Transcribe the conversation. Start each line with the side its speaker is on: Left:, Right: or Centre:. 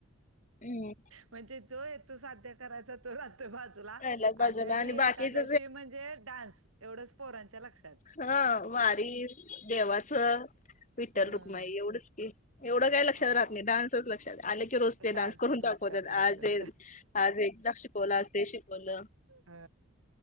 Left: हम्म
Right: म्हणजे जो येतो साध्य करायचा तो राहतोय बाजूला
Left: राहिल्यात बाजूला
Right: आषाढी
Left: आणि
Right: एकादशी
Left: बाकीच
Right: म्हणजे डान्स एवढंच पोरांच्या लक्षात.
Left: ह वारी देवाचं विठ्ठल
Right: हं,
Left: रुक्माई एवढंच की एवढं काय लक्षात
Right: हां.
Left: राहत नाही डान्सच लक्ष आलेखी रोज ते
Right: डान्सच
Left: डान्स करून
Right: लक्षात
Left: दाखवतात
Right: राहतोय.
Left: आज आज एकदा शिकवलं आज ते शिकवलं?
Right: अ ह